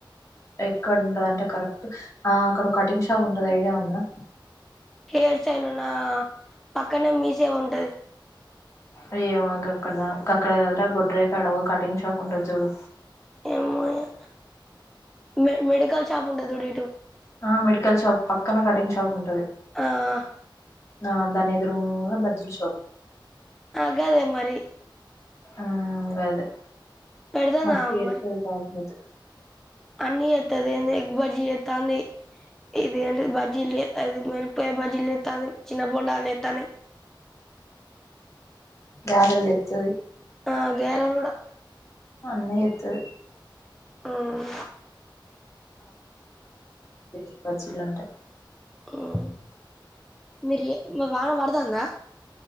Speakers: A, on the left; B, in the centre.
A: ఎక్కడ్ ఉంటది అంటే కరెక్ట్ ఆహ్ అక్కడ ఓ కటింగ్ షాప్ ఉంటది ఐడియా ఉందా
B: హేర్ స్టైలొనా పక్కనే మీసేవ ఉంటది
A: అయ్యో గక్కడ్ దా గక్కడ కదరా బొడ్రయి కాడ ఓ కటింగ్ షాప్ ఉంటది జూడు
B: ఏమో ఇగ మె మెడికల్ షాప్ ఉంటది జూడు ఇటు
A: ఆహ్ మెడికల్ షాప్ పక్కన కటింగ్ షాప్ ఉంటది.
B: ఆహ్
A: నా దాని ఎదురొంగ బజ్జీల్ షాపు
B: ఆహ్ గాదే మరి
A: ఆహ్ గదే
B: పెడతది
A: మస్త్
B: ఆమె
A: జెత్తది కాకపోతె
B: అన్నీ జెత్తది ఏంది ఎగ్ బజ్జీ జెతాంది ఇది ఎంటి బజీలు జెత్తంది మీర్ పై బజీలు జెత్తంది చిన్న బొండాల్ జెత్తన్నాయి
A: గారెల్ జెత్తది
B: ఆహ్ గ్యారెల్ గూడా
A: అన్ని జెత్తది
B: ఆహ్
A: <inaudible> బజ్జీలంట
B: ఆహ్ మీర్ ఏ వాన పడ్తాంద.